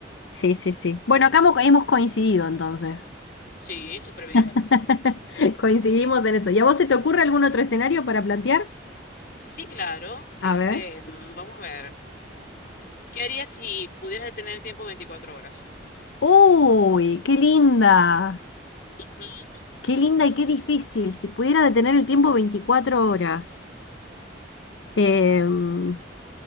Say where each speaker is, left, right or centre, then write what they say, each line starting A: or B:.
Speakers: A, on the left; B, on the left.
A: Sí, sí, sí. Bueno, acá hemos hemos coincidido entonces.
B: Sí, súper bien.
A: <laughs> Coincidimos en eso. ¿Y a vos se te ocurre algún otro escenario para plantear?
B: Sí, claro. Este,
A: A ver.
B: mm, vamos a ver. ¿Qué harías si pudieras detener el tiempo 24 horas?
A: Uy, qué linda.
B: Ujú,
A: Qué linda y qué difícil. Si pudiera detener el tiempo 24 horas. Em,